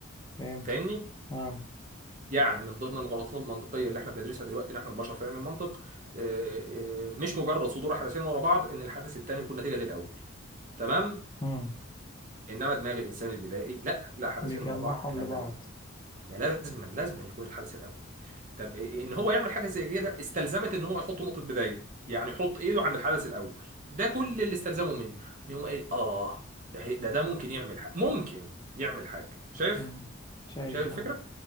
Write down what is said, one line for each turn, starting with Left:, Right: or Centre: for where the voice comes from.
Left: فهمتك
Right: فاهمني؟
Left: اه
Right: يعني من ضمن المغالطات المنطقية اللي احنا بندرسها دلوقتي نحن البشر في علم المنطق آه، آه، مش مجرد صدور حدثين ورا بعض إن الحدث الثاني يكون نتيجة للأول تمام؟
Left: مم.
Right: إنما دماغ الإنسان البدائي لا لا حدثين
Left: بيجمعهم
Right: ورا بعض لا
Left: لبعض
Right: لا لا ده لازما لازما يكون الحدث الاول طب إيه- إيه ان هو يعمل حاجه زي كده استلزمت ان هو يحط نقطه بدايه يعني يحط ايده عند الحدث الاول ده كل اللي استلزمه منه ان يقوم قايل اه ده هي- ده ده ممكن يعمل حاجه ممكن يعمل حاجه شايف
Left: مم. شايف
Right: شايف الفكره
Left: اه